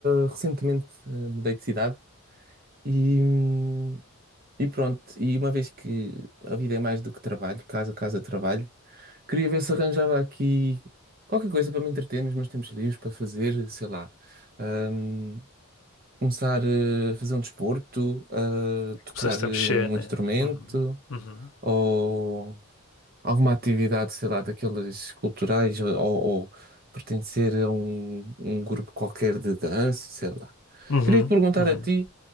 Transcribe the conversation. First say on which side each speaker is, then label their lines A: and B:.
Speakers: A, on the right (about 40°); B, on the left (about 65°).
A: ah, recentemente ah, mudei de cidade e, hum, e pronto, e uma vez que a vida é mais do que trabalho, casa, casa, trabalho, queria ver se arranjava aqui qualquer coisa para me entreter nos meus tempos livres, para fazer, sei lá, ahm, começar eh, a fazer um desporto, a tocar
B: Começaste
A: eh,
B: a mexer,
A: um
B: né?
A: instrumento.
B: Uhum. Uhum.
A: ou alguma atividade, sei lá, daquelas culturais, ou, ou pertencer a um, um grupo qualquer de dança, sei lá.
B: Uhum.
A: Queria te perguntar
B: Uhum.
A: a ti,